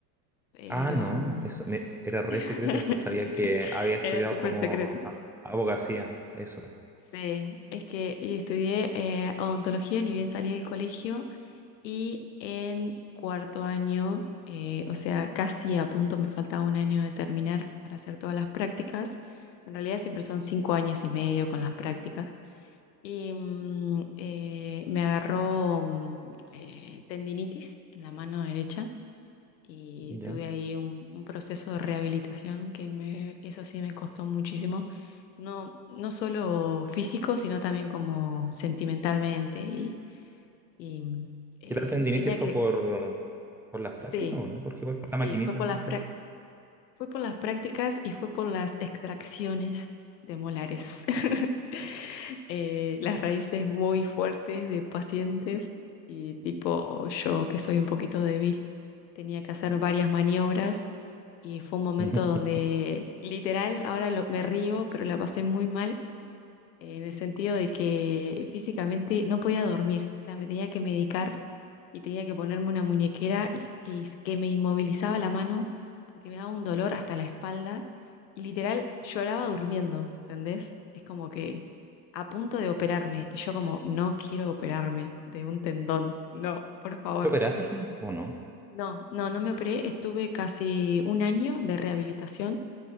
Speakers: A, on the left (about 90°); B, in the centre.
A: pero
B: Ah, no,
A: mm,
B: no, eso me-
A: <laughs>
B: era re secreto eso. Sabía que había estudiado
A: era súper
B: como
A: secreto.
B: a- abogacía, eso,
A: Sí, es que y estudié eh, odontología, ni bien salí del colegio, Y en cuarto año, eh, o sea, casi a punto me faltaba un año de terminar para hacer todas las prácticas. En realidad siempre son cinco años y medio con las prácticas. Y mm, eh, me agarró mm, eh, tendinitis en la mano derecha y
B: ya.
A: tuve ahí un, un proceso de rehabilitación que me, eso sí me costó muchísimo. No, no solo físico, sino también como sentimentalmente y, y, mm, eh,
B: ¿Y la tendinitis
A: tenía
B: fue
A: que
B: por, por las prácticas
A: Sí,
B: o no? Porque igual por
A: sí,
B: la maquinita
A: fue por las,
B: y todo.
A: prá- fue por las prácticas y fue por las extracciones de molares. <laughs> Eh, las raíces muy fuertes de pacientes y tipo yo que soy un poquito débil, tenía que hacer varias maniobras y fue un momento
B: <laughs>
A: donde
B: ¿Te
A: literal, ahora lo- me río, pero la pasé muy mal en el sentido de que físicamente no podía dormir, o sea, me tenía que medicar y tenía que ponerme una muñequera y que, que me inmovilizaba la mano porque me daba un dolor hasta la espalda y literal lloraba durmiendo, ¿entendés? Es como que a punto de operarme y yo como, no quiero operarme de un tendón, no, por favor.
B: operaste al final o no?
A: No, no, no me operé, estuve casi un año de rehabilitación.